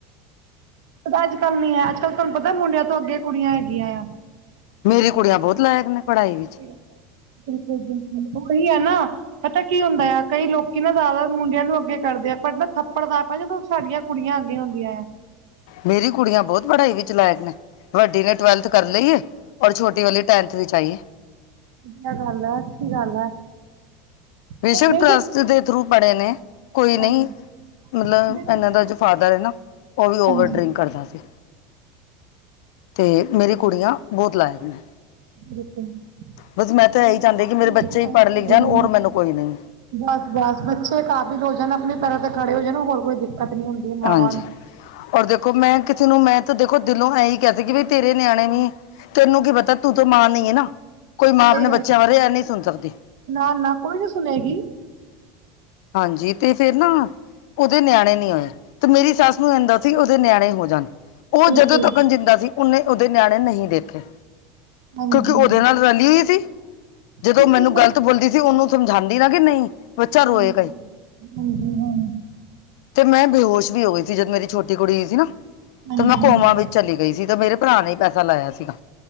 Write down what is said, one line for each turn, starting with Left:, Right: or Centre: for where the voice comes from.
Right: ਪਤਾ ਅੱਜ, ਕੱਲ ਨੀ ਹੈ। ਅੱਜ, ਕੱਲ੍ਹ ਤੁਹਾਨੂੰ ਪਤਾ ਮੁੰਡਿਆਂ ਤੋਂ ਅੱਗੇ ਕੁੜੀਆਂ ਹੈਗੀਆਂ ਆ।
Left: ਮੇਰੀ ਕੁੜੀਆਂ ਬਹੁਤ ਲਾਇਕ ਨੇ ਪੜ੍ਹਾਈ ਵਿੱਚ।
Right: ਬਿਲਕੁਲ- ਬਿਲਕੁਲ ਉਹੀ ਹੈ ਨਾ। ਪਤਾ ਕੀ ਹੁੰਦਾ ਆ, ਕਈ ਲੋਕੀ ਨਾ ਜ਼ਿਆਦਾ ਮੁੰਡਿਆਂ ਨੂੰ ਅੱਗੇ ਕਰਦੇ ਆ ਪਰ ਨਾ ਥੱਪੜ ਦਾ ਆਪਾ ਜਦੋਂ ਸਾਡੀਆਂ ਕੁੜੀਆਂ ਅੱਗੇ ਆਉਂਦੀਆਂ ਆ।
Left: ਮੇਰੀ ਕੁੜੀਆਂ ਬਹੁਤ ਪੜ੍ਹਾਈ ਵਿੱਚ ਲਾਇਕ ਨੇ। ਵੱਡੀ ਨੇ ਟਵੈਲਥ ਕਰ ਲਈਏ ਔਰ ਛੋਟੀ ਵਾਲੀ ਟੈਂਨਥ ਵਿੱਚ ਆਈਏ।
Right: ਵਧੀਆ ਗੱਲ ਹੈ, ਅੱਛੀ ਗੱਲ ਹੈ।
Left: ਵਿਸ਼ਵ
Right: ਹੁਣੇ
Left: ਟਰੱਸਟ ਦੇ ਥਰੂ ਪੜ੍ਹੇ ਨੇ
Right: ਹਾਂਜੀ
Left: ਕੋਈ ਨਹੀਂ। ਮਤਲਬ
Right: ਦੇਖੋ
Left: ਇਹਨਾਂ ਦਾ ਜੋ ਫਾਦਰ ਹੈ ਨਾ ਉਹ ਵੀ ਓਵਰ
Right: ਹਾਂਜੀ
Left: ਡਰਿੰਕ ਕਰਦਾ ਸੀ ਤੇ ਮੇਰੀ ਕੁੜੀਆਂ ਬਹੁਤ ਲਾਇਕ ਨੇ
Right: ਬਿਲਕੁਲ
Left: ਬਸ ਮੈਂ ਤਾਂ
Right: ਕੋਈ ਨ।
Left: ਇਹੀ ਚਾਹੁੰਦੀ ਕਿ ਮੇਰੇ ਬੱਚੇ ਹੀ ਪੜ੍ਹ ਲਿਖ ਜਾਣ ਔਰ
Right: <unintelligible>
Left: ਮੈਨੂੰ ਕੋਈ ਨਹੀਂ
Right: ਬਸ, ਬਸ ਬੱਚੇ ਕਾਬਿਲ ਹੋ ਜਾਣ ਆਪਣੀ ਤਰ੍ਹਾਂ ਤੇ ਖੜੇ ਹੋ ਜਾਣ ਹੋਰ ਕੋਈ ਦਿੱਕਤ ਨੀ ਹੁੰਦੀ।
Left: ਹਾਂਜੀ।
Right: ਮਾਵਾਂ ਨੂੰ।
Left: ਔਰ ਦੇਖੋ ਮੈਂ ਕਿਸੇ ਨੂੰ ਮੈਂ ਤਾਂ ਦੇਖੋ ਦਿਲੋਂ ਐਹੀ ਕਹਿੰਦੀ ਸੀ ਕਿ ਵੀ ਤੇਰੇ ਨਿਆਣੇ ਵੀ ਤੈਨੂੰ ਕੀ ਪਤਾ ਤੂੰ ਤੇ ਮਾਂ ਨਹੀਂ ਹੈ ਨਾ ਕੋਈ
Right: ਸਹੀ
Left: ਮਾਂ ਆਪਣੇ
Right: ਗੱਲ
Left: ਬੱਚਿਆਂ
Right: ਹੈ।
Left: ਬਾਰੇ ਇਹ ਨਹੀਂ ਸੁਣ ਸਕਦੀ
Right: ਨਾ, ਨਾ ਕੋਈ ਨੀ ਸੁਣੇਗੀ।
Left: ਹਾਂਜੀ। ਤੇ ਫੇਰ ਨਾ ਉਹਦੇ ਨਿਆਣੇ ਨੀ ਹੋਏ ਤੇ ਮੇਰੀ ਸੱਸ ਨੂੰ ਏੱਦਾ ਸੀ ਉਹਦੇ ਨਿਆਣੇ ਹੋ ਜਾਣ ਉਹ
Right: ਬਿਲਕੁਲ
Left: ਜਦੋਂ ਤੱਕ ਜਿੰਦਾ ਸੀ ਉਹਨੇ ਉਹਦੇ ਨਿਆਣੇ ਨਹੀਂ ਦੇਖੇ
Right: ਹਾਂਜੀ।
Left: ਕਿਉਂਕਿ ਉਹਦੇ ਨਾਲ ਰਲੀ ਹੋਈ ਸੀ ਜਦੋਂ
Right: ਬਿਲਕੁਲ
Left: ਮੈਨੂੰ
Right: ਸਰ
Left: ਗ਼ਲਤ ਬੋਲਦੀ ਸੀ ਉਹਨੂੰ ਸਮਝਾਂਦੀ ਨਾ ਕਿ ਨਹੀਂ ਬੱਚਾ ਰੋਏ
Right: ਹਾਂਜੀ, ਹਾਂਜੀ ਹਾਂ।
Left: ਤੇ ਮੈਂ ਬੇਹੋਸ਼ ਵੀ ਹੋ ਗਈ ਸੀ ਜਦ ਮੇਰੀ ਛੋਟੀ ਕੁੜੀ ਹੋਈ ਸੀ ਨਾ
Right: ਹਾਂਜੀ
Left: ਤੇ ਮੈਂ ਕੌਮਾਂ
Right: ਨਹੀਂ
Left: ਵਿੱਚ ਚਲੀ ਗਈ ਸੀ ਤਾਂ ਮੇਰੇ ਭਰਾ ਨੇ ਪੈਸਾ ਲਾਇਆ ਸੀਗਾ